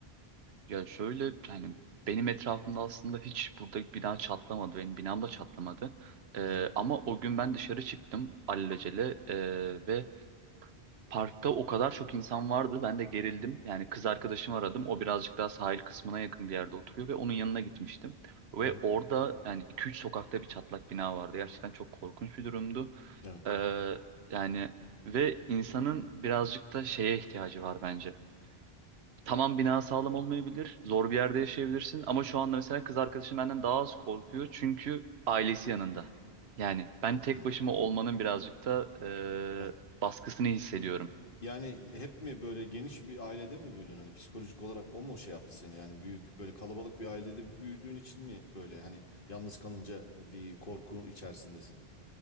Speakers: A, on the right (about 90°); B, on the left (about 60°).
A: Ya şöyle yani benim etrafımda aslında hiç burada bina çatlamadı. Benim binam da çatlamadı. Ee,
B: Hı hı.
A: ama o gün ben dışarı çıktım alelacele ee, ve parkta o kadar çok insan vardı. Ben de gerildim. Yani kız arkadaşımı aradım. O birazcık daha sahil kısmına yakın bir yerde oturuyor ve onun yanına gitmiştim. Ve
B: Hı hı.
A: orada yani iki üç sokakta bir çatlak bina vardı. Gerçekten çok korkunç bir durumdu.
B: Evet.
A: Ee, yani ve insanın birazcık da şeye ihtiyacı var bence. Tamam bina sağlam olmayabilir. Zor bir yerde yaşayabilirsin. Ama şu anda mesela kız arkadaşım benden daha az korkuyor. Çünkü ailesi yanında. Yani ben tek
B: Hı.
A: başıma olmanın birazcık da
B: Evet.
A: e, baskısını hissediyorum.
B: Yani hep mi böyle geniş bir ailede mi büyüdün? Hani psikolojik olarak o mu şey yaptı seni? Yani büyük böyle kalabalık bir ailede büyüdüğün için mi böyle hani yalnız kalınca e, bir korku içerisindesin?